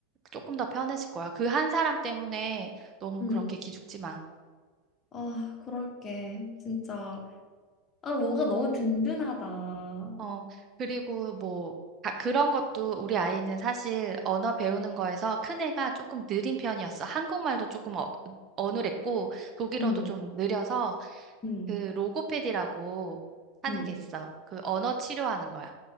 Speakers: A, on the right; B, on the left.
A: 조금 더 편해질 거야. 그 한 사람 때문에 너무
B: 음.
A: 그렇게 기죽지 마.
B: 아, 그럴게. 진짜. 아, 뭐가 너무 든든하다. 어,
A: 어, 그리고 뭐, 아, 그런 것도 우리 아이는 사실 언어 배우는 거에서 큰애가 조금 느린 편이었어. 한국말도 조금 어, 어눌했고, 독일어도
B: 음,
A: 좀 느려서
B: 음,
A: 그 로고패디라고 하는
B: 음.
A: 게 있어. 그 언어 치료하는 거야.